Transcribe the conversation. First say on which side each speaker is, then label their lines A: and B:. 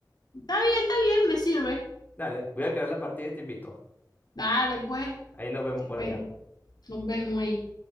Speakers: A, on the left; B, on the left.
A: Está bien, está bien, me sirve.
B: Dale, voy a crear la partida y te invito.
A: Dale, pues,
B: Ahí nos vemos
A: te
B: por
A: espero.
B: allá.
A: Nos vemos ahí.